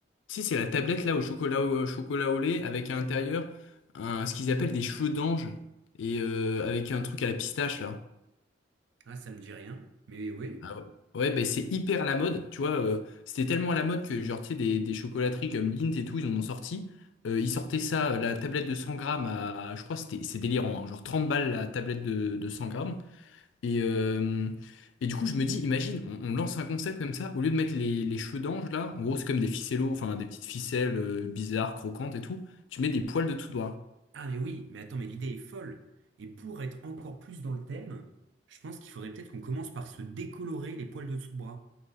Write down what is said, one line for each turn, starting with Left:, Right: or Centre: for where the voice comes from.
Left: Si, c'est la tablette là au chocolat au, au chocolat au lait avec à l'intérieur un, ce qu'ils appellent des cheveux d'ange et euh, avec un truc à la pistache là.
Right: Ah, ça me dit rien. Mais oui.
Left: Ah ouais, Ouais, ben c'est hyper à la mode, tu vois. euh, c'était tellement à la mode que genre, tu sais, des, des chocolateries comme Lindt et tout, ils en ont sorti. Euh, ils sortaient ça, euh, la tablette de 100 grammes à, à- je crois, que c'était, c'est délirant, hein, genre 30 balles la tablette de, de 100 grammes. Et, euh, et du coup, je me dis, imagine, on, on lance un concept comme ça, au lieu de mettre les, les cheveux d'ange là, en gros, c'est comme des ficellos, enfin des petites ficelles euh, bizarres, croquantes et tout, tu mets des poils de tout doigt.
Right: Ah mais oui, mais attends, mais l'idée est folle. Et pour être encore plus dans le thème, je pense qu'il faudrait peut-être qu'on commence par se décolorer les poils de dessous de bras.